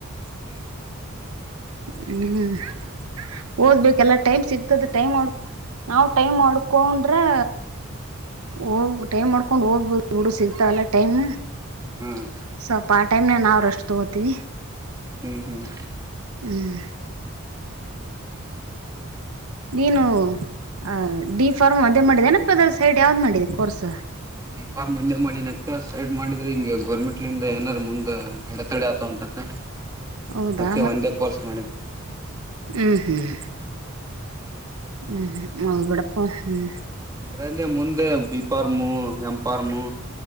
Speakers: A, on the right; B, on the right.
A: ಹ್ಮ್
B: ಹ್ಮ್ ಓದ್ಬೇಕಲ್ಲ ಟೈಮ್ ಸಿಗ್ತದೆ ಟೈಮ್ ಮಾಡ ನಾವು ಟೈಮ್ ಮಾಡ್ಕೊಂಡ್ರೆ ಹ ಟೈಮ್ ಮಾಡ್ಕೊಂಡ್ ಹೋಗ್ಬದು ಹುಡು ಸಿಗ್ತಾವಲ್ಲ ಟೈಮ್
A: ಹ್ಮ್
B: ಸ್ವಪ ಆ ಟೈಮಲ್ಲಿ ನಾವ್ರಷ್ಟು ರೆಸ್ಟ್ ತಗೋತೀವಿ
A: ಹ್ಮ್ ಹ್ಮ್
B: ಹ್ಮ್ ನೀನು ಆ ಡಿಫಾರ್ಮ್ ಒಂದೇ ಮಾಡಿದನಪ್ಪ ಅದ್ರ ಸೈಡ್ ಯಾವ್ದ್ ಮಾಡಿದೆ ಕೋರ್ಸ್
A: ಡಿ ಫಾರ್ಮ್ ಒಂದೇ ಮಾಡಿನಕ್ಕ ಸೈಡ್ ಮಾಡಿದ್ರೆ ಹಿ ಗೋರ್ಮೆಂಟ್ಲಂದ ಏನಾರ ಮುಂದ್ ಅಡೆತಡೆ ಆತವ ಅಂತಕ್ಕ
B: ಹೌದಾ
A: ಅಕೆ ಒಂದೇ ಕೋರ್ಸ್ ಮಾಡಿದ್ದ
B: ಹ್ಮ್ ಹ್ಮ್ ಹ್ಮ್ ಹ್ಮ್ ಹೌದು ಬಿಡಪ್ಪ ಹ್ಮ್
A: ಇದ್ರಲ್ಲಿ ಮುಂದೆ ಬಿಪ್ಪಾರ್ಮು ಎಂಪಾರ್ಮು